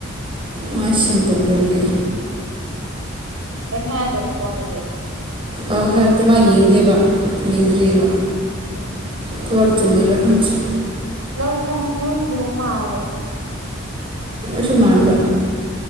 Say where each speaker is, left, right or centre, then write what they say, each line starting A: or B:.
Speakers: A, on the right; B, on the right.
A: ꯃꯥꯟ ꯇꯧꯗꯒꯦ
B: ꯀꯩ ꯍꯥꯏꯔꯒꯦꯠꯇꯀꯣ ꯍꯥꯏꯗꯤ
A: ꯑꯧ ꯍꯔꯠꯇꯦ ꯃꯥ ꯌꯦꯡꯗꯦꯕ ꯌꯦꯡꯗ꯭ꯑꯔꯤꯕ
B: ꯎꯝ ꯎꯝ
A: ꯊꯂꯥꯛ ꯆꯤ ꯂꯩꯔ ꯈꯪꯁꯤ
B: ꯂꯧꯕ ꯄ ꯅ ꯃꯥꯂꯦ
A: ꯁꯨꯃꯥꯟꯗ